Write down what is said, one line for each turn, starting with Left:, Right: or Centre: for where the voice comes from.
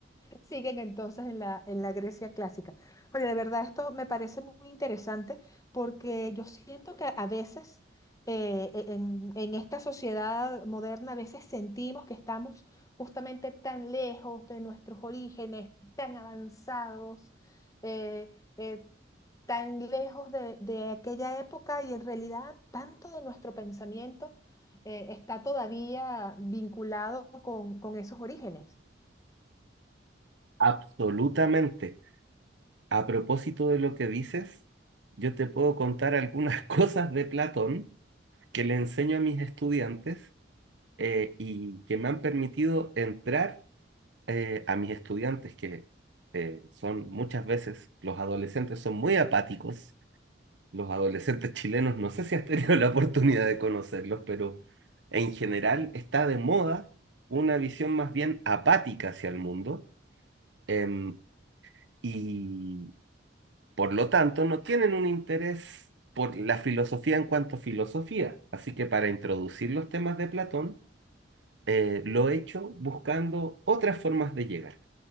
Left: Siguen entonces en la, en la Grecia clásica. Oye, de verdad esto me parece muy interesante porque yo siento que a veces eh, e- en, en esta sociedad moderna, a veces sentimos que estamos justamente tan lejos de nuestros orígenes, tan avanzados, eh, eh, tan lejos de, de aquella época y en realidad tanto de nuestro pensamiento eh, está todavía vinculado con, con esos orígenes.
Right: Absolutamente. A propósito de lo que dices, yo te puedo contar algunas <laughs> cosas de Platón que le enseño a mis estudiantes eh, y que me han permitido entrar eh, a mis estudiantes, que eh, son muchas veces, los adolescentes son muy apáticos. Los adolescentes <laughs> chilenos, no sé si has tenido <laughs> la oportunidad de conocerlos, pero en general está de moda una visión más bien apática hacia el mundo. em, y Por lo tanto, no tienen un interés por la filosofía en cuanto a filosofía. Así que para introducir los temas de Platón, eh, lo he hecho buscando otras formas de llegar.